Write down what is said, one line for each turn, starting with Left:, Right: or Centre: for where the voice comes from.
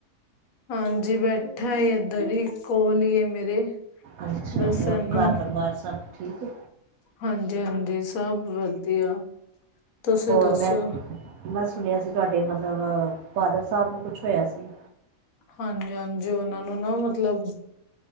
Left: ਹਾਂਜੀ, ਬੈਠਾ ਏ ਏਧਰ ਈ, ਕੋਲ ਈ ਏ ਮੇਰੇ।
Right: ਅੱਛਾ,
Left: ਬਸ
Right: ਹੋਰ
Left: ਇਹਨੂੰ
Right: ਘਰ-ਪਰਿਵਾਰ ਸਭ ਠੀਕ ਏ?
Left: ਹਾਂਜੀ ਹਾਂਜੀ, ਸਭ ਵਧੀਆ। ਤੁਸੀਂ
Right: ਹੋਰ
Left: ਦੱਸੋ
Right: ਮੈਂ ਮੈਂ ਸੁਣਿਆ ਸੀ ਤੁਐਡੇ ਮਤਲਬ ਫਾਦਰ ਸਾਬ ਨੂੰ ਕੁਛ ਹੋਇਆ ਸੀ।
Left: ਹਾਂਜੀ ਹਾਂਜੀ, ਓਨਾਂ ਨੂੰ ਨਾ ਮਤਲਬ